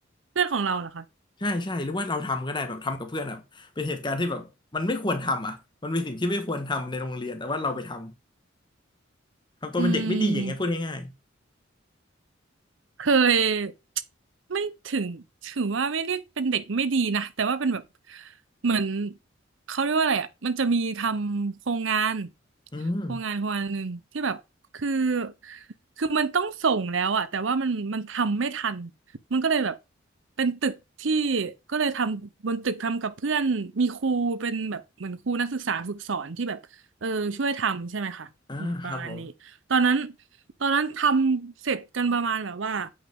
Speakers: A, on the right; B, on the left.
A: เพื่อนของเราเหรอคะ
B: ใช่ใช่หรือว่าเราทำก็ได้แบบทำกับเพื่อนแบบเป็นเหตุการณ์ที่แบบมันไม่ควรทำอ่ะมันเป็นสิ่งที่ไม่ควรทำในโรงเรียนแต่ว่าเราไปทำทำตัวเป็นเด็กไม่ดีอย่างเงี้ยพูดง่าย
A: อืม เคยไม่ถึงถือว่าไม่เรียกเป็นเด็กไม่ดีนะแต่ว่าเป็นแบบเหมือนเขาเรียกว่าอะไรอ่ะมันจะมีทำโครงงาน
B: ๆอืม
A: โครงงานโครงงานหนึ่งที่แบบคือคือมันต้องส่งแล้วอ่ะแต่ว่ามันมันทำไม่ทันมันก็เลยแบบเป็นตึกที่ก็เลยทำบนตึกทำกับเพื่อนมีครูเป็นแบบเหมือนครูนักศึกษาฝึกสอนที่แบบเออช่วยทำใช่ไหมคะแบบประมาณนี้ตอนนั้น
B: อ่าครับผม
A: ตอนนั้นทำเสร็จกันประมาณแบบว่า